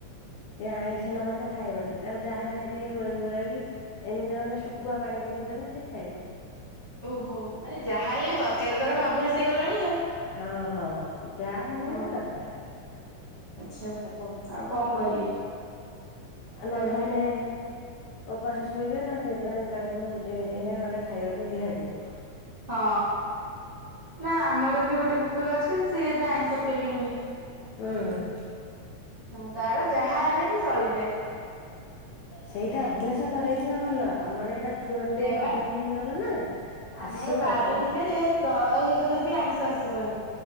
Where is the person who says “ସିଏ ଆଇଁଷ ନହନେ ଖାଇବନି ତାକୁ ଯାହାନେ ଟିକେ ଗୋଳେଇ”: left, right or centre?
Left